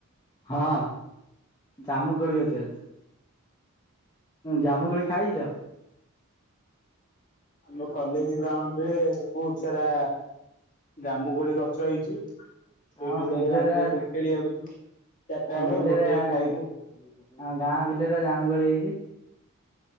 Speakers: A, on the left; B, on the left.
A: ହଁ, ଜାମୁ କୋଳି ଗଛ ଅଛି। ଜାମୁ କୋଳି ଖାଇଛ?
B: ମୋ କଲେଜ ଗ୍ରାଉଣ୍ଡରେ ବହୁତ ସାରା ଜାମୁ କୋଳି ଗଛ ହେଇଛି। ସେଇଠି
A: ହଁ ବିଲେରେ
B: ଯାଇ ଆମେ
A: <unintelligible>
B: ଯେମିତି ଖେଳିବାକୁ ଯିବୁ। ଚାରିଟା
A: ଆମ
B: ବେଳେ
A: ବିଲେରେ
B: ଗୋଟେଇ
A: ଆମ
B: ଖାଇବୁ।
A: ଗାଁ ବିଲେରେ ଜାମୁ କୋଳି ହେଇଛି।